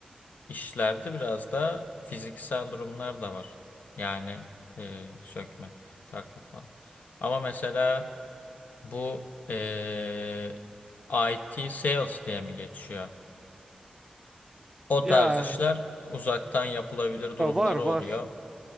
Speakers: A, on the left; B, on the right.
A: İşlerde biraz da fiziksel durumlar da var. Yani e, sökme, takma falan. Ama mesela bu e, IT sales diye mi geçiyor? O
B: ya,
A: tarz işler uzaktan yapılabilir durumları
B: ya var var.
A: oluyor.